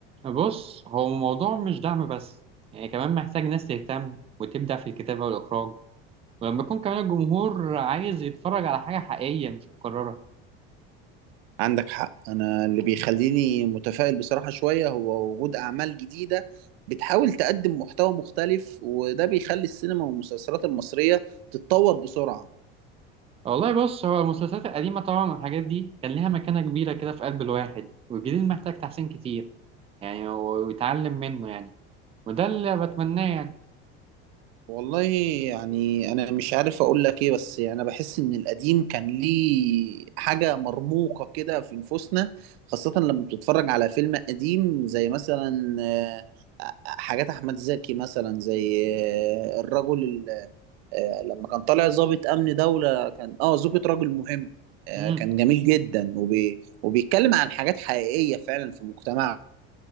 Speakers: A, on the right; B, on the right.
A: بص هو الموضوع مش دعم بس يعني كمان محتاج ناس تهتم وتبدع في الكتابة والإخراج ولما يكون كمان الجمهور عايز يتفرج على حاجة حقيقية مش مكررة
B: عندك حق أنا اللي بيخليني متفائل بصراحة شوية هو وجود أعمال جديدة بتحاول تقدم محتوى مختلف وده بيخلي السينما والمسلسلات المصرية تتطور بسرعة
A: والله بص هو المسلسلات القديمة طبعا والحاجات دي كان ليها مكانة كبيرة كده في قلب الواحد والجديد محتاج تحسين كتير يعني ويتعلم منه يعني وده اللي بتمناه يعني
B: والله يعني انا مش عارف اقول لك ايه بس يعني انا بحس ان القديم كان ليه حاجه مرموقه كده في نفوسنا خاصه لما بتتفرج على فيلم قديم زي مثلا آه، حاجات احمد زكي مثلا زي آه، الرجل ال- آه، لما كان طالع ضابط امن دوله كان اه زوجة رجل مهم آه،
A: امم
B: كان جميل جدا وبي... وبيتكلم عن حاجات حقيقيه فعلا في مجتمعنا